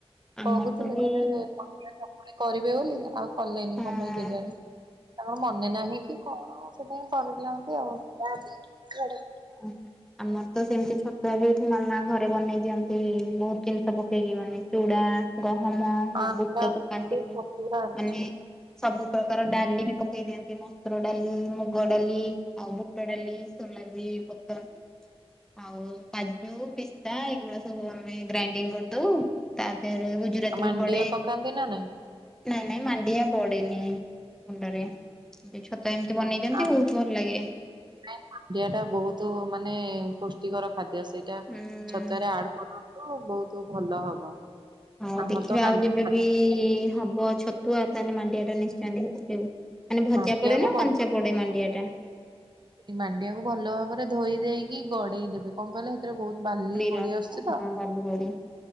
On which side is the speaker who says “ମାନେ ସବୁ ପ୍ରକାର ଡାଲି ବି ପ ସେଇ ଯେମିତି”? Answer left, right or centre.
Centre